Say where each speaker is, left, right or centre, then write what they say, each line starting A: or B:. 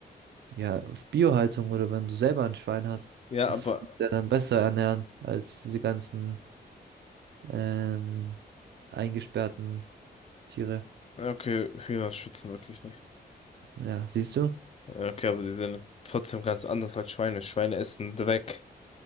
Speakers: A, on the right; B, on the left.
A: Ja, auf Biohaltung oder wenn du selber ein Schwein hast,
B: Ja,
A: das
B: aber,
A: kannst du ja dann besser ernähren als diese ganzen ähm, eingesperrten Tiere.
B: ja, okay, Hühner schützen wirklich nicht.
A: Ja, siehst du?
B: Ja, Okay, aber die sind trotzdem ganz anders als Schweine. Schweine essen Dreck.